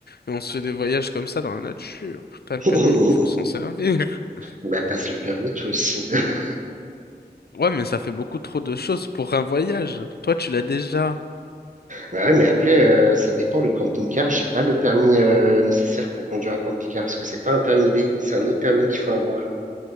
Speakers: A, on the left; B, on the right.
A: Et on se fait des voyages comme ça dans la nature. T'as le
B: <laughs>
A: permis, il faut s'en servir. <laughs>
B: Bah, passe le permis, toi aussi. <laughs>
A: Ouais, mais ça fait beaucoup trop de choses pour un voyage. Toi, tu l'as déjà.
B: Bah ouais, mais après, euh, ça dépend. Le camping-car, j'ai pas le permis euh, nécessaire pour conduire un camping-car parce que c'est pas un permis B, c'est un autre permis qu'il faut avoir.